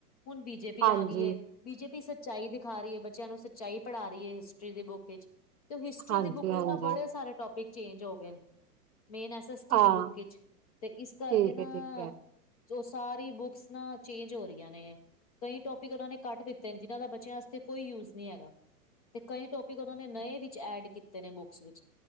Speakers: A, on the left; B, on the right.
A: ਹੁਣ ਬੀ ਬੀਜੇਪੀ
B: ਹਾਂਜੀ
A: ਆ ਗਈ ਏ, ਬੀ ਜੇ ਪੀ ਸੱਚਾਈ ਦਿਖਾ ਰੀ ਐ ਬੱਚਿਆਂ ਨੂੰ ਸੱਚਾਈ ਪੜ੍ਹਾ ਰੀ ਏ ਹਿਸਟਰੀ ਦੇ ਬੁੱਕ ਵਿੱਚ। ਤੇ ਹਿਸਟਰੀ
B: ਹਾਂਜੀ
A: ਦੀ ਬੁੱਕ ਵਿਚ
B: ਹਾਂਜੀ
A: ਨਾ ਬੜੇ ਸਾਰੇ ਟੋਪਿਕ ਚੇਂਜ ਹੋਗੇ ਮੇਨ ਐਸ ਐਸਸਟੀ
B: ਹਾਂ
A: ਦੀ ਬੁੱਕ ਵਿੱਚ ਤੇ ਇਸ ਕਰਕੇ
B: ਠੀਕ
A: ਨਾ
B: ਹੈ ਠੀਕ ਹੈ
A: ਜੋ ਸਾਰੀ ਬੁੱਕਸ ਨਾ ਚੇਂਜ ਹੋ ਰੀਆ ਨੇ। ਕਈ ਟੋਪਿਕ ਓਨਾ ਨੇ ਕੱਟ ਦਿੱਤੇ ਨੇ, ਜਿਨ੍ਹਾਂ ਦਾ ਬੱਚਿਆਂ ਵਾਸਤੇ ਕੋਈ ਯੂਜ ਨੀ ਹੈਗਾ। ਤੇ ਕਈ ਟੋਪਿਕ ਓਨਾ ਨੇ ਨਏ ਵਿੱਚ ਐਡ ਕੀਤੇ ਨੇ ਬੁੱਕਸ ਵਿੱਚ।